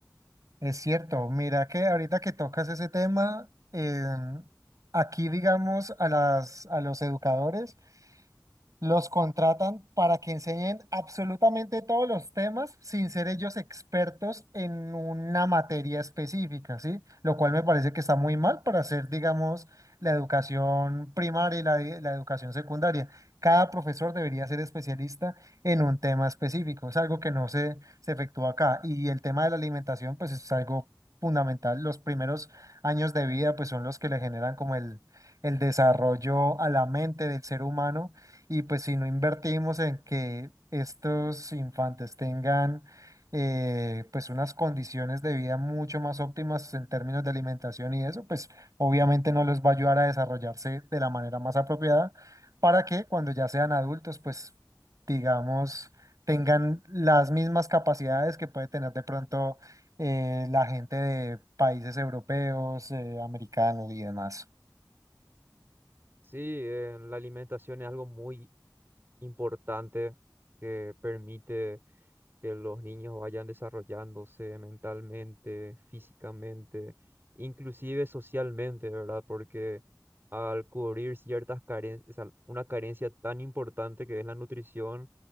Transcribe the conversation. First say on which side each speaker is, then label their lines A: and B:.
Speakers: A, on the right (about 50°); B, on the right (about 30°).
A: es cierto. Mira que ahorita que tocas ese tema, em, aquí digamos a las, a los educadores, Los contratan para que enseñen absolutamente todos los temas sin ser ellos expertos en una materia específica, ¿sí? Lo cual me parece que está muy mal para hacer, digamos, la educación primaria y la, de- la educación secundaria. Cada profesor debería ser especialista en un tema específico. Es algo que no se, se efectúa acá. Y el tema de la alimentación, pues es algo fundamental. Los primeros años de vida, pues son los que le generan como el el desarrollo a la mente del ser humano y pues si no invertimos en que estos infantes tengan eh, pues unas condiciones de vida mucho más óptimas en términos de alimentación y eso, pues obviamente no les va a ayudar a desarrollarse de la manera más apropiada para que cuando ya sean adultos, pues digamos, tengan las mismas capacidades que puede tener de pronto eh, la gente de países europeos, eh, americanos y demás.
B: Sí, eh, la alimentación es algo muy importante que permite que los niños vayan desarrollándose mentalmente, físicamente, inclusive socialmente, ¿verdad? Porque al cubrir ciertas carencias, una carencia tan importante que es la nutrición,